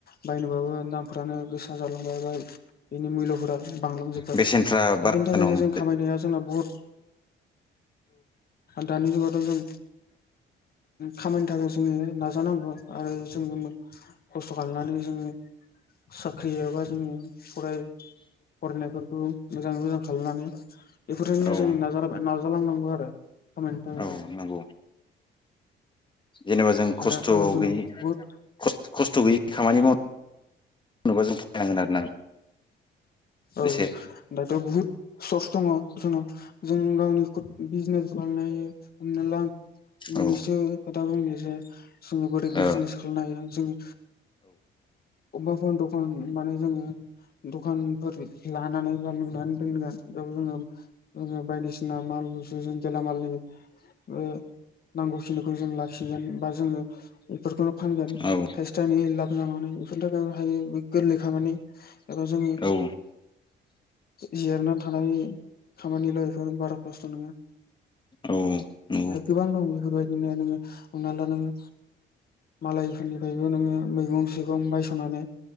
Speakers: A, on the left (about 50°); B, on the left (about 25°).
A: बायनोबाबो दामफ्रानो गोसा जालांबाय बेनि मुइल फोरा बांलांजोबबाय
B: बेसेनफ्रा
A: दा
B: बारा
A: बेनि थाखायनो
B: जानो हम
A: जों खामायनाया जोंना बुहुत औ दानि <unintelligible> जों खामानिनि थाखाय जोङो नाजानांगौ आरो जोङो खस्थ' खालायनानै जोङो साख्रि एबा जोङो फराय फरायनायफोरखौ मोजाङै मोजां खालामनानै बेफोरजोंनो
B: औ
A: जों नाजालाबाय नाजालांनांगौ आरो। खामायनो थाखायथ'
B: औ नंगौ। जेनेबा जों खस्थ
A: दाथ' जोंनाव
B: गैयै
A: बुहुद
B: खस्थ गैयै खामानि माव जेनबा जों फैनांगोन आरोना
A: औ औ
B: एसे
A: दाथ बहुत सर्स दङ जोंनाव जों गावनि खुद बिजनेस खालामनो हायो। हमना लां मोननैसो
B: औ
A: खोथा बुंनो जे जोङो बोरै बिजनेस
B: औ
A: खालायनो हायो जोङो अबबाफोर दखान माने जोङो दखान लानानै बा नुनानै दोनगोन। बेयाव जोङो जों बायदिसिना माल बुस्थु जों गेलामालनि ओ नांगौ खिनिखौ जों लाखिगोन बा जोङो बेफोरखौनो फानगोन
B: औ
A: थाइसे थाइनै लाब जानानै। बेफोरनि थाखाय हायो गोरलै खामानि एबा जोङो
B: औ
A: जिरायनानै थानाय खामानिल बेफोर बारा खस्थ नङा
B: औ नंगौ
A: आरो गोबां दं बेफोरबायदिनो नोङो हमना ला नोङो मालायफोरनिफायबो नोङो मैगं थाइगं बायसनानै